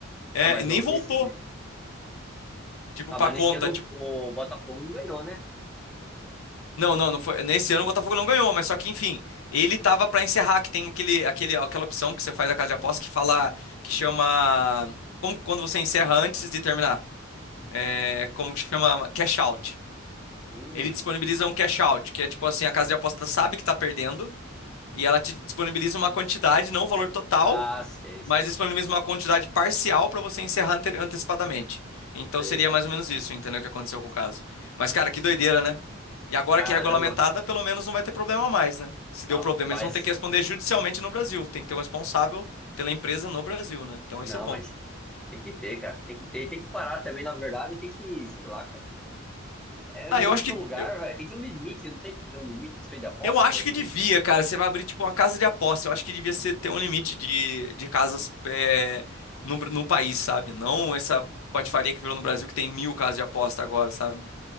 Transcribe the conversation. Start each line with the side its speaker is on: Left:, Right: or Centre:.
Left: É,
Centre: Ah, mas
Left: e nem
Centre: o-
Left: voltou,
Centre: nesse,
Left: tipo,
Centre: ah,
Left: pra
Centre: mas
Left: conta.
Centre: nesse ano
Left: Tipo,
Centre: o, o Botafogo não ganhou, né?
Left: Não, não, não foi. Nesse ano o Botafogo não ganhou, mas só que, enfim, ele tava pra encerrar, que tem aquele, aquele, aquela opção que você faz na casa de aposta que fala, que chama, como quando você encerra antes de terminar, é, como que chama? Cash out.
Centre: Hum,
Left: Ele disponibiliza um cash out, que é tipo assim, a casa de aposta sabe que tá perdendo e ela te disponibiliza uma quantidade, não o valor total,
Centre: ah, sei, sei,
Left: mas disponibiliza uma quantidade parcial pra você encerrar ante- antecipadamente. Então
Centre: sei.
Left: seria mais ou menos isso, entendeu o que aconteceu com o caso. Mas, cara, que doideira, né? E agora
Centre: Caramba,
Left: que é regulamentada, pelo menos não vai ter problema mais, né? Se deu
Centre: rapaz.
Left: problema, eles vão ter que responder judicialmente no Brasil. Tem que ter um responsável pela empresa no Brasil, né? Então
Centre: Não,
Left: isso é bom.
Centre: mas tem que ter, cara. Tem que ter. Tem que parar também, na verdade, e tem que, sei lá, cara. É
Left: Ah,
Centre: muito
Left: eu acho que
Centre: lugar,
Left: eu,
Centre: velho. Tem que ter um limite, não tem que ter um limite disso aí de aposta,
Left: eu acho
Centre: velho.
Left: que
Centre: de-
Left: devia, cara. Você vai abrir tipo uma casa de aposta. Eu acho que devia ser ter um limite de, de casas é, no, no país, sabe? Não essa patifaria que virou no Brasil que tem mil casas de aposta agora, sabe?